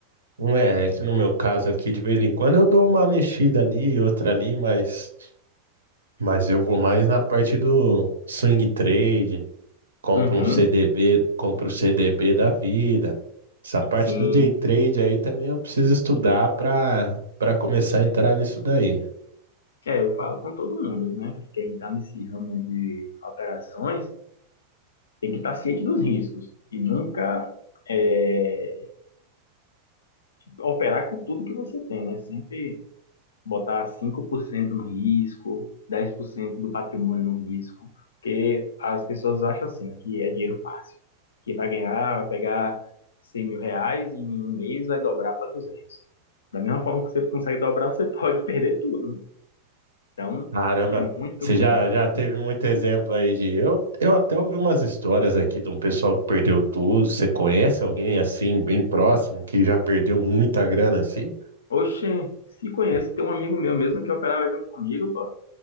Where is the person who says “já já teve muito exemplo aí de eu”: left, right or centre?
Right